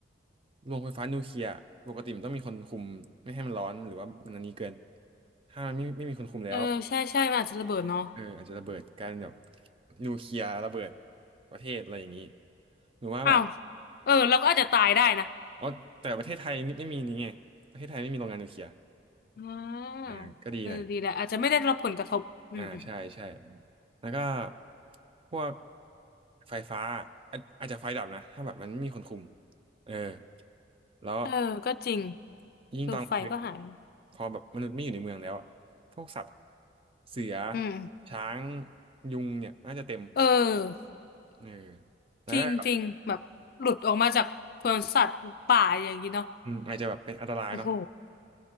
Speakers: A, on the right; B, on the left.
A: โรงไฟฟ้านิวเคลียร์ปกติมันต้องมีคนคุมไม่ให้มันร้อนหรือว่ามันอันนี้เกินถ้ามันไม่ไม่มีคนคุมแล้ว
B: เออใช่ใช่มันอาจจะระเบิดเนาะ
A: เอออาจจะระเบิดกลายเป็นแบบนิวเคลียร์ระเบิดประเทศอะไรอย่างนี้หรือว่าแบบ
B: อ้าวเออเราก็อาจจะตายได้นะ
A: อ๋อแต่ประเทศไทยนี่ไม่มีนี่ไงประเทศไทยไม่มีโรงงานนิวเคลียร์
B: อ่
A: อ่าก็ดีหน่อย
B: าเออดีแหละอาจจะไม่ได้รับผลกระทบอืมอืม
A: อ่าใช่ใช่แล้วก็พวกไฟฟ้าอาอาจจะไฟดับนะถ้าแบบมันไม่มีคนคุมเออแล้ว
B: เออก็จริง
A: ยิ่งตอนกลางคืน
B: เออไฟก็หาย
A: พอแบบมนุษย์ไม่อยู่ในเมืองแล้วอะพวกสัตว์เสือ
B: อืม
A: ช้างยุงเนี่ยน่าจะเต็ม
B: เออ
A: เออแล้วก็แบบ
B: จริงจริงแบบหลุดออกมาจากสวนสัตว์ป่าอย่างนี้เนาะ
A: อืมอาจจะแบบเป็นอันตรายเนาะ
B: โอ้โห